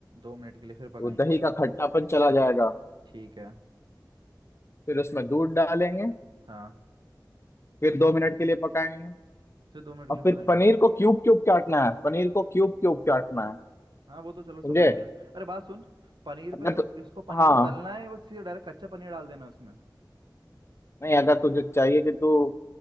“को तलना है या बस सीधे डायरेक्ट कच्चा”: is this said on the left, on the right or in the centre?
Right